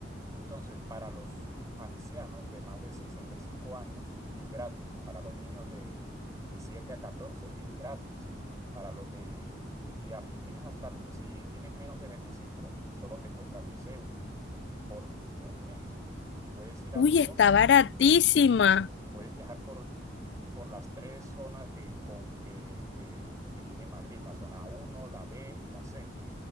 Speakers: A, on the right; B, on the left.
A: Entonces, para los ancianos de más de 65 años es gratis. Para los niños de, de 7 a 14 es gratis. Para los de... Y, as- y tienes hasta, y si tienes menos de 25 solo te cuesta diez euros. por un mes y puedes ir
B: Uy,
A: a todo
B: está baratísima.
A: y puedes viajar por, por las tres zonas que, con- que, que, que tiene Madrid, la zona uno la B y la C,